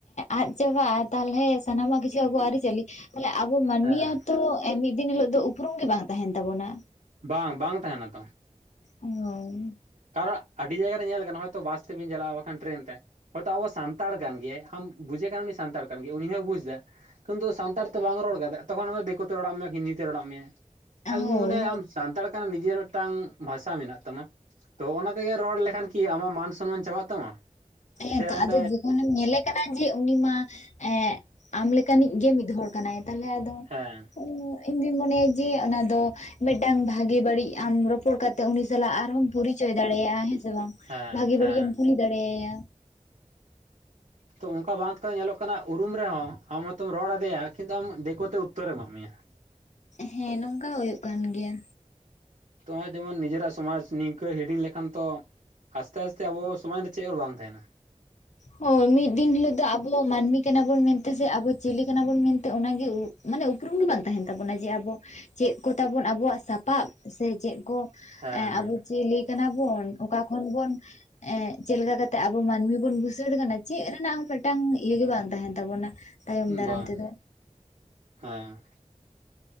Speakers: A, on the left; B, on the right.
A: ᱟᱫ ᱪᱟᱵᱟᱜ-ᱟ ᱛᱟᱦᱚᱞᱮ ᱥᱟᱱᱟᱢᱟᱜ ᱜᱤ- ᱟᱵᱚᱣᱟᱜ ᱟᱹᱨᱤ-ᱪᱟᱹᱞᱤ ᱛᱟᱦᱞᱮ ᱟᱵᱚ ᱢᱟᱹᱱᱢᱤᱭᱟᱜ
B: ᱦᱮᱸ
A: ᱦᱚᱸ ᱛᱚ ᱢᱤᱫ ᱫᱤᱱ ᱦᱤᱞᱳᱜ ᱫᱚ ᱩᱯᱨᱩᱢ ᱜᱮ ᱵᱟᱝ ᱛᱟᱦᱮᱸᱱ ᱛᱟᱵᱚᱱᱟ᱾
B: ᱵᱟᱝ ᱵᱟᱝ ᱛᱟᱦᱮᱱᱟ ᱛᱚ,
A: ᱦᱳᱭ,
B: ᱠᱟᱨᱚᱱ ᱟᱹᱰᱤ ᱡᱟᱭᱜᱟ ᱨᱮ ᱧᱮᱞ ᱠᱟᱱᱟ ᱦᱚᱭ ᱛᱚ ᱵᱟᱥ ᱛᱮᱵᱤᱧ ᱪᱟᱞᱟᱜ-ᱟ ᱵᱟᱠᱷᱟᱱ ᱴᱨᱮᱱ ᱛᱮ᱾ ᱦᱚᱭ ᱛᱚ ᱟᱵᱚ ᱥᱟᱱᱛᱟᱲ ᱠᱟᱱ ᱜᱮᱭᱟᱭ ᱟᱢ ᱵᱩᱡᱮ ᱠᱟᱱ ᱩᱱᱤ ᱥᱟᱱᱛᱟᱲ ᱠᱟᱱ ᱜᱮᱭᱟᱭ ᱩᱱᱤ ᱦᱚᱭ ᱵᱩᱡᱽ ᱮᱫᱟ᱾ ᱩᱱ ᱫᱚ ᱥᱟᱱᱛᱟᱲ ᱛᱮ ᱵᱟᱝ ᱨᱚᱲ ᱠᱟᱛᱮᱫ ᱛᱚᱠᱷᱚᱱ ᱚᱱᱮ ᱫᱤᱠᱩ ᱛᱮ ᱨᱚᱲᱟᱜ ᱢᱮᱭᱟ, ᱦᱤᱱᱫᱤ ᱛᱮ ᱨᱚᱲᱟᱜ ᱢᱮᱭᱟ᱾ ᱟᱹᱞᱤᱧ
A: ᱦᱳᱭ
B: ᱞᱤᱧ ᱢᱚᱱᱮᱭᱟ ᱟᱢ ᱥᱟᱱᱛᱟᱲ ᱠᱟᱱᱟᱢ ᱱᱤᱡᱮᱨ ᱢᱤᱫᱴᱟᱝ ᱵᱷᱟᱥᱟ ᱢᱮᱱᱟᱜ ᱛᱟᱢᱟ᱾ ᱛᱚ ᱚᱱᱟ ᱛᱮᱜᱮ ᱨᱚᱲ ᱞᱮᱠᱷᱟᱱ ᱠᱤ ᱟᱢᱟᱜ ᱢᱟᱱ ᱥᱚᱢᱢᱟᱱ ᱪᱟᱵᱟᱜ ᱛᱟᱢᱟ?
A: ᱦᱮᱸ
B: ᱥᱮ
A: ᱛᱚ
B: ᱚᱸᱰᱮ
A: ᱟᱫᱚ ᱡᱚᱠᱷᱚᱱᱮᱧ ᱧᱮᱞᱮ- ᱠᱟᱱᱟ ᱡᱮ ᱩᱱᱤ ᱢᱟ ᱮᱸᱜ ᱟᱢ ᱞᱮᱠᱟᱱᱤᱡ ᱜᱮ ᱢᱤᱫ ᱦᱚᱲ ᱠᱟᱱᱟᱭ ᱛᱟᱞᱦᱮ ᱟᱫᱚ
B: ᱦᱮᱸ
A: ᱩᱸ ᱤᱧ ᱫᱩᱧ ᱢᱚᱱᱮᱭᱟ ᱡᱮ ᱚᱱᱟ ᱫᱚ ᱢᱤᱫᱴᱟᱝ ᱵᱷᱟᱜᱮ ᱵᱟᱹᱲᱤᱡ ᱟᱢ ᱨᱚᱯᱚᱲ ᱠᱟᱛᱮᱜ ᱩᱱᱤ ᱥᱟᱞᱟᱜ ᱟᱨ ᱦᱚᱸᱢ ᱯᱚᱨᱤᱪᱚᱭ ᱫᱟᱲᱮᱭᱟᱜ-ᱟ ᱦᱮᱸ ᱥᱮ ᱵᱟᱝ,
B: ᱦᱮᱸ
A: ᱵᱷᱟᱜᱮ
B: ᱦᱮᱸ
A: ᱵᱟᱹᱲᱤᱡ ᱮᱢ ᱠᱩᱞᱤ ᱫᱟᱲᱮᱭᱟᱭᱟ᱾
B: ᱛᱚ ᱚᱱᱠᱟ ᱵᱟᱸᱫᱷ ᱠᱚᱫᱚ ᱧᱮᱞᱚᱜ ᱠᱟᱱᱟ ᱩ- ᱩᱢ ᱨᱮᱦᱚᱸ ᱟᱢ ᱦᱚᱭ ᱛᱚᱢ ᱨᱚᱲ ᱟᱫᱮᱭᱟ ᱠᱤᱱᱛᱩ ᱟᱢ ᱫᱮᱠᱳ ᱛᱮ ᱩᱛᱚᱨᱮ ᱮᱢᱟᱜ ᱢᱮᱭᱟ᱾
A: ᱦᱮᱸ ᱱᱚᱝᱠᱟ ᱦᱚᱸ ᱦᱩᱭᱩᱜ ᱠᱟᱱ ᱜᱮᱭᱟ᱾
B: ᱛᱚ ᱱᱚ-ᱚᱭ ᱡᱮᱢᱚᱱ ᱱᱤᱡᱮᱨᱟᱜ ᱥᱚᱢᱟᱡᱽ ᱱᱤᱝᱠᱟᱹ ᱦᱤᱲᱤᱧ ᱞᱮᱠᱷᱟᱱ ᱛᱚ ᱟᱥᱛᱮ ᱟᱥᱛᱮ ᱟᱵᱚ ᱥᱚᱢᱟᱡᱽ ᱨᱮ ᱪᱮᱫ ᱦᱚᱸ ᱵᱟᱝ ᱛᱟᱦᱮᱱᱟ᱾
A: ᱦᱳᱭ, ᱢᱤᱫ ᱫᱤᱱ ᱦᱤᱞᱳᱜ ᱫᱚ ᱟᱵᱚ ᱢᱟᱹᱱᱢᱤ ᱠᱟᱱᱟ ᱵᱚᱱ ᱢᱮᱱᱛᱮ ᱥᱮ ᱟᱵᱚ ᱪᱤᱞᱤ ᱠᱟᱱᱟ ᱵᱚᱱ ᱢᱮᱱᱛᱮ ᱚᱱᱟ ᱜᱮ ᱢᱟᱱᱮ ᱩᱯᱨᱩᱢ ᱜᱮ ᱵᱟᱝ ᱛᱟᱦᱮᱱ ᱛᱟᱵᱚᱱᱟ ᱡᱮ ᱟᱵᱚ ᱪᱮᱫ ᱠᱚ ᱛᱟᱵᱚᱱ ᱟᱵᱚᱣᱟᱜ ᱥᱟᱯᱟᱵ ᱥᱮ ᱪᱮᱫ ᱠᱚ
B: ᱦᱮᱸ
A: ᱮᱸ ᱟᱵᱚ ᱪᱤᱞᱤ ᱠᱟᱱᱟ ᱵᱚᱱ ᱚᱠᱟ ᱠᱷᱚᱱ ᱵᱚᱱ ᱮ ᱪᱮᱫ ᱞᱮᱠᱟ ᱠᱟᱛᱮ ᱟᱵᱚ ᱢᱟᱹᱱᱢᱤ ᱵᱚᱱ ᱵᱩᱥᱟᱹᱲ ᱠᱟᱱᱟ, ᱪᱮᱫ ᱨᱮᱱᱟᱜ ᱦᱚᱸ ᱢᱤᱫᱴᱟᱝ ᱤᱭᱟᱹ ᱜᱮ ᱵᱟᱝ ᱛᱟᱦᱮᱸᱱ ᱛᱟᱵᱚᱱᱟ ᱛᱟᱭᱚᱢ ᱫᱟᱨᱟᱢ
B: ᱵᱟᱝ
A: ᱛᱮᱫᱚ᱾
B: ᱦᱮᱸ